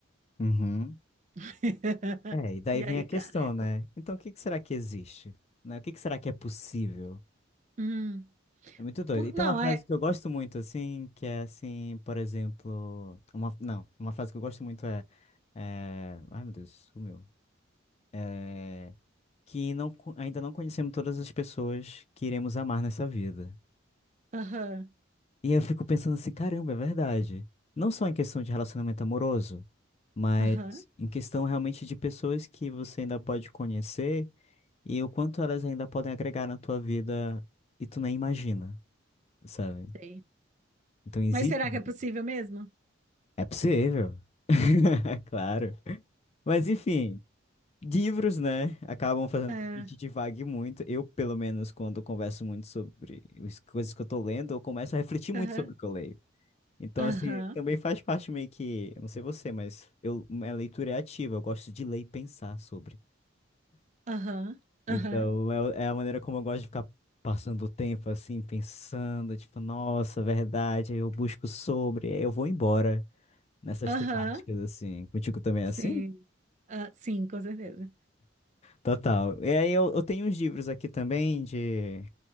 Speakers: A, on the left (about 30°); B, on the right (about 35°).
A: uhum.
B: <laughs>
A: É, e daí
B: E
A: vem
B: aí,
A: a questão,
B: careca.
A: né? Então, o que que será que existe? Né? O que que será que é possível?
B: Hum.
A: É muito doido.
B: Por...
A: E tem
B: Não,
A: uma frase
B: é.
A: que eu gosto muito, assim, que é assim, por exemplo. Uma, não, uma frase que eu gosto muito é. é... Ai, meu Deus, sumiu. É... Que não, co- ainda não conhecemos todas as pessoas que iremos amar nessa vida.
B: Aham.
A: E eu fico pensando assim, caramba, é verdade. Não só em questão de relacionamento amoroso, mas
B: Aham.
A: em questão realmente de pessoas que você ainda pode conhecer e o quanto elas ainda podem agregar na tua vida e tu nem imagina, sabe?
B: Sei.
A: Então existe.
B: Mas será que é possível mesmo?
A: É possível. <laughs> Claro. Mas enfim, livros, né, acabam fazendo
B: É,
A: com que a gente divague muito. Eu, pelo menos, quando converso muito sobre as coisas que eu tô lendo, eu começo a refletir muito
B: Aham,
A: sobre o que eu leio. Então,
B: aham,
A: assim, também faz parte meio que, eu não sei você, mas eu, minha leitura é ativa, eu gosto de ler e pensar sobre.
B: aham,
A: Então,
B: aham,
A: é, o- é a maneira como eu gosto de ficar passando o tempo, assim, pensando, tipo, nossa, verdade, aí eu busco sobre, aí eu vou embora nessas
B: aham,
A: temáticas, assim. Contigo também
B: sim,
A: é assim?
B: ah, sim, com certeza.
A: Total. E aí eu, eu tenho uns livros aqui também de,